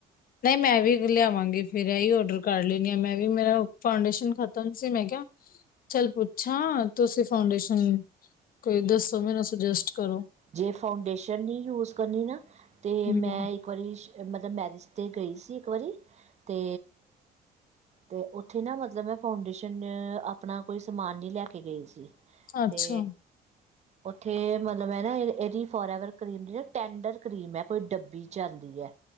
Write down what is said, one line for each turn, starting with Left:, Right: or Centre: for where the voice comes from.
Left: ਨਹੀਂ ਮੈਂ ਵੀ ਲਿਆਵਾਂਗੀ ਫੇਰ ਇਹੀ ਓਡਰ ਕਰ ਲੈਣੀ ਆ ਮੈਂ ਵੀ ਮੇਰਾ ਫਾਂਊਡੇਸ਼ਨ ਖ਼ਤਮ ਸੀ। ਮੈਂ ਕਿਹਾ ਚੱਲ ਪੁੱਛਾਂ ਤੁਸੀਂ ਫਾਂਊਡੇਸ਼ਨ ਕੋਈ ਦੱਸੋ ਮੈਨੂੰ ਸੁਜੈਸਟ ਕਰੋ।
Right: ਜੇ ਫਾਊਂਡੇਸ਼ਨ ਨ੍ਹੀਂ ਯੂਜ ਕਰਨੀ ਨਾ ਤੇ
Left: ਹਮ
Right: ਮੈਂ ਇ ਇੱਕ ਵਾਰੀ ਮਤਲਬ ਮੈਰਿਜ ਤੇ ਗਈ ਸੀ। ਇੱਕ ਵਾਰੀ ਤੇ ਤੇ ਔਥੇ ਨਾ ਮਤਲਬ ਮੈਂ ਫਾਊਂਡੇਸ਼ਨ ਆਪਣਾ ਕੋਈ ਸਮਾਨ ਨੀ ਲੈ ਕੇ ਗਈ ਸੀ।
Left: ਅੱਛਾ
Right: ਤੇ ਉੱਥੇ ਮਤਲਬ। ਮੈਂ ਨਾ ਏ ਏਦੀ ਫੋਰਐਵਰ ਕਰੀਮ ਦੀ ਨਾ ਟੈਂਡਰ ਕਰੀਮ ਐ ਕੋਈ ਡੱਬੀ ਚ ਆਂਦੀ ਐ।